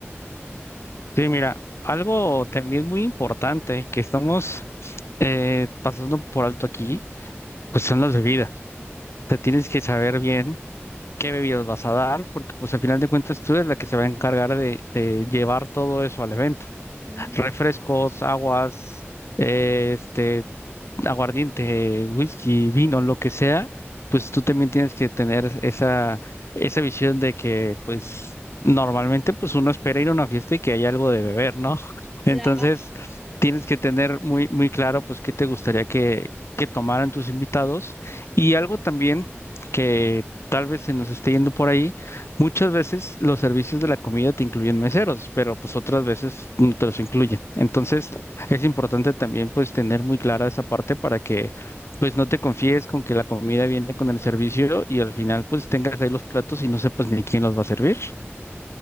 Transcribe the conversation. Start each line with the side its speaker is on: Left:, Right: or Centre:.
Left: Sí, mira, algo también muy importante que estamos eh, pasando por alto aquí, pues son las bebidas. Te tienes que saber bien qué bebidas vas a dar, porque pues al final de cuentas tú eres la que se va a encargar de, de llevar todo eso al evento.
Centre: Mm,
Left: Refrescos, aguas, eh, este, aguardiente, whisky, vino, lo que sea, pues tú también tienes que tener esa, esa visión de que, pues, normalmente, pues uno espera ir a una fiesta y que haya algo de beber, ¿no? <laughs>
Centre: claro.
Left: Entonces, tienes que tener muy, muy claro, pues, qué te gustaría que, que tomaran tus invitados. Y algo también que tal vez se nos esté yendo por ahí, muchas veces los servicios de la comida te incluyen meseros, pero pues otras veces no te los
Centre: <laughs>
Left: incluyen. Entonces, es importante también pues tener muy clara esa parte para que pues no te confíes con que la comida viene con el servicio y al final pues tengas ahí los platos y no sepas ni quién los va a servir.